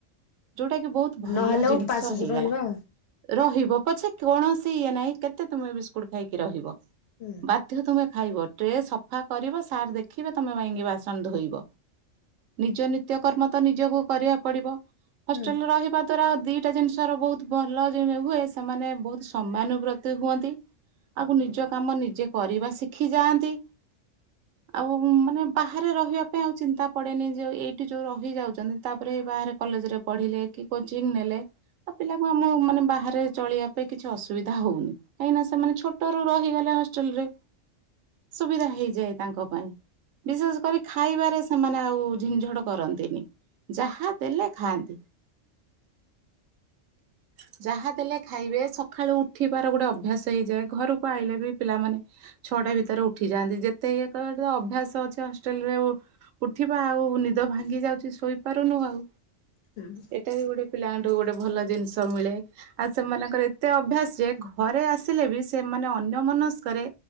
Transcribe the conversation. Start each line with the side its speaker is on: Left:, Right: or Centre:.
Right: ଯୋଉଟା କି ବହୁତ। ଭଲ
Left: ନହେଲେ
Right: ଜିନିଷ
Left: ଉପାସ
Right: ହେଇଗଲା।
Left: ରହିବା ଆଉ।
Right: ରହିବ ପଛେ, କୌଣସି ଇଏ ନାହିଁ। କେତେ ତମେ ବିସ୍କୁଟ ଖାଇକି ରହିବ।
Left: ହୁଁ
Right: ବାଧ୍ୟ ତୁମେ ଖାଇବ ଟ୍ରେ ସଫା କରିବ। ସାର୍ ଦେଖିବେ ତମେ <unintelligible> ବାସନ ଧୋଇବ। ନିଜ ନିତ୍ୟକର୍ମ ତ ନିଜକୁ କରିବା ପଡିବ।
Left: ହୁଁ
Right: ହଷ୍ଟେଲରେ ରହିବା ତରା ଦିଟା ଜିନିଷର ବହୁତ ଭଲ ଜିମ୍ ହୁଏ। ସେମାନେ ବହୁତ ସମାନୁବ୍ରତି ହୁଅନ୍ତି। ଆଗୁ ନିଜ କାମ ନିଜେ, କରିବା ଶିଖି ଯାଆନ୍ତି। ଆଉ, ମାନେ ବାହାରେ ରହିବା ପାଇଁ, ଆଉ ଚିନ୍ତା ପଡେନି ଯଉ, ଏଇଠି ଯୋଉ ରହି ଯାଉଛନ୍ତି ତା'ପରେ ବାହାରେ କଲେଜରେ ପଢିଲେ, କି କୋଚିଂ ନେଲେ ଆ, ପିଲାକୁ ମୁଁ ମାନେ ବାହାରେ ଚଳିବା ପାଇଁ କିଛି ଅସୁବିଧା ହଉନି। କାହିଁକି ନା, ସେମାନେ ଛୋଟରୁ ରହିଗଲେ ହଷ୍ଟେଲ ରେ। ସୁବିଧା ହେଇଯାଏ ତାଙ୍କ ପାଇଁ, ବିଶେଷ କରି ଖାଇବାରେ ସେ ସେମାନେ ଆଉ ଝିିନ୍ ଝଡ୍ କରନ୍ତିନି। ଯାହା ଦେଲେ ଖାଆନ୍ତି। ହ ଯାହା ଦେଲେ ଖାଇବେ, ସକାଳୁ ଉଠିବାର ଗୋଟେ ଅଭ୍ୟାସ ହେଇଯାଏ। ଘରକୁ ଆଇଲେ ବି ପିଲାମାନେ ଛଅଟା ଭିତରେ ଉଠି ଯାଆନ୍ତି। ଯେତେ ଇଏ କର ଅଭ୍ୟାସ ଅଛି ହଷ୍ଟେଲ ରେ ଉ ଉଠିବା ଆଉ, ନିଦ ଭାଙ୍ଗି ଯାଉଛି। ଶୋଇପାରୁନୁ ଆଉ
Left: ହୁଁ
Right: ଏଇଟା ବି ଗୋଟେ ପିଲାଙ୍କଠୁ ଗୋଟେ ଭଲ ଜିନିଷ ମିଳେ। ଆଉ, ସେମାନଙ୍କର ଏତେ ଅଭ୍ୟାସ ଯେ, ଘରେ ଆସିଲେ ବି ସେମାନେ, ଅନ୍ୟ ମନସ୍କରେ